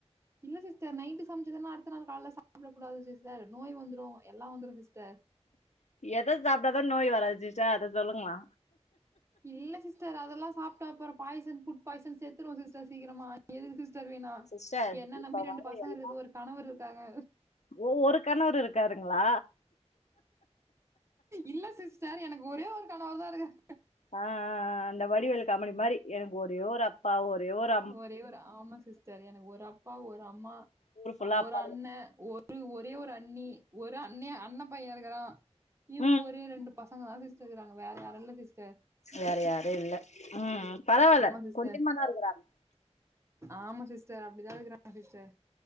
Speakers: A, on the right; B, on the left.
A: இல்ல சிஸ்டர் நைட்டு சமைச்சதுன்னா அடுத்த நாள் கால்ல சாப்டக் கூடாது சிஸ்டர் நோய் வந்திரு எல்லா வந்துரு சிஸ்டர்
B: எத சாப்ட்டாதா நோய் வராது சிஸ்டர் அத சொல்லுங்களா
A: இல்ல சிஸ்டர் அதெல்லா சாப்ட அப்றோ பாய்சன் ஃபுட் பாய்ச செத்துருவோ சிஸ்டர் சீக்கிரமா எதுக்கு சிஸ்டர் வீணா
B: சிஸ்டர்
A: என்ன
B: இப்ப
A: நம்பி
B: வர
A: ரெண்டு பசங்க
B: எல்
A: இருக்கு ஒரு கணவர் இருக்காங்க
B: ஓ ஒரு கணவர் இருக்காருங்களா
A: இல்ல சிஸ்டர் எனக்கு ஒரே ஒரு கணவர் தா இருக்காரு
B: ஆ ஆ ஆ ஆ இந்த வடிவேலு காமெடி மாரி எனக்கு ஒரே ஒரு அப்பா ஒரே ஓரு
A: ஒரே ஒரு ஆமா சிஸ்டர் எனக்கு ஒரு அப்பா ஒரு அம்மா
B: ஊர் ஃபுல்லா
A: ஒரு
B: அப்பா இருக்கு.
A: அண்ணே ஒரு ரு ஒரே ஒரு அண்ணி ஒரு அண்ணே அண்ண பைய இருக்குறா இவுங்க
B: ம்
A: ஒரு ரெண்டு பசங்க தா சிஸ்டர் இருக்கிறாங்க வேற யாரு இல்ல சிஸ்டர்
B: வேற யாரு இல்ல ம் பரவால்ல
A: ஆமா சிஸ்டர்.
B: கொஞ்சமா தா இருக்குறாங்க
A: ஆமா சிஸ்டர் அப்டிதா இருக்கிறாங்க சிஸ்டர்